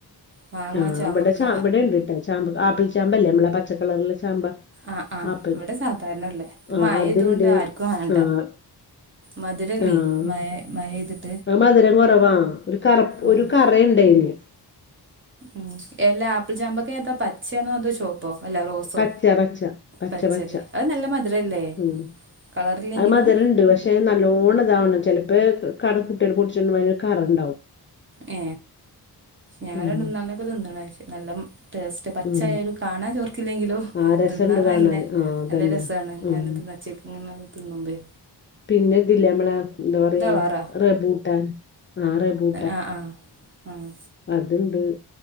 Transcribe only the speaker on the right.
മാങ്ങ
ചാമ്പക്ക
ആഹ് ആഹ്
ഇവിടെ സാധാരണള്ളേ ഇപ്പ
മഴയതുകൊണ്ട്
ആർക്കും വേണ്ട
മധുരല്ലേ
മയ മഴ ഇതിട്ട്
ഉം
ഉം എല്ലാ ആപ്പിൾ ചാമ്പക്ക ഏതാ പച്ചയാണോ അതോ ചോ അല്ല റോസോ
പച്ചല്ലേ
അത് നല്ല മധുരല്ലേ
കളറില്ലെങ്കിലും
ഏ ഞാൻ
രണ്ട് മൂന്നാലൊണ്ണെക്കെ തിന്നണ നല്ല ടേസ്റ്റ് പച്ചയാലും
കാണാൻ ചോർക്കില്ലെങ്കിലും
തിന്നാൻ
നല്ല
നല്ല രസാണ് ഇങ്ങനെ
തിന്നച്ച ഇങ്ങനെ തിന്നുംബെ
കളറാ
ആഹ് ആഹ് ആഹ്